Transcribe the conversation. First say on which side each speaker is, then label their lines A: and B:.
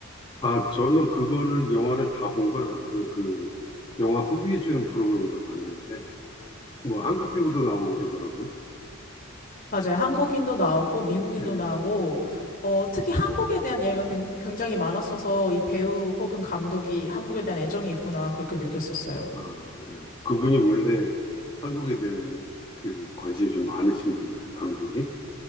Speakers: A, on the left (about 25°); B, on the left (about 40°).
A: 아, 저는 그거를 영화를 다 본 건 아니고요. 그 영화 소개해 주는 프로그램에서 봤는데 뭐 한국 배우도 나오고 그러더라고요.
B: 맞아요. 한국인도 나오고 미국인도
A: 예.
B: 나오고 어, 특히 한국에 대한 이야기가 된- 굉장히 많았어서 이 배우 혹은 감독이 한국에 대한 애정이 있구나 그렇게 느꼈었어요.
A: 아, 그래요. 그분이 원래 한국에 대한 그 관심이 좀 많으신 분인가요? 감독이?